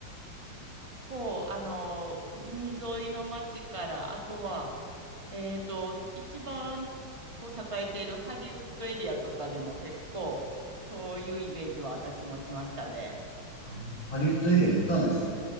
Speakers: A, on the right (about 15°); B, on the left (about 45°).
A: 結構、あの、海沿いの町から、あとは、えっと、一番こう栄えているハリウッドエリアとかでも結構、そういうイメージは私持ちましたね。
B: あのハリウッドエリア行ったんですね。